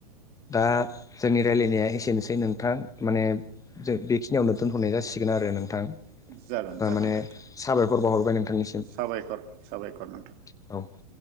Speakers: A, on the left; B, on the right.
A: दा जोंनि राय्लायनाया एसेनोसै नोंथां। माने जों बेखिनियावनो दोनथ'नाय जासिगोन आरो नोंथां।
B: जागोन
A: ओ
B: जागोन
A: माने
B: दे
A: साबायखर बावाहरबाय नोंथांनिसिम।
B: साबायखर साबायखर नोंथां
A: औ।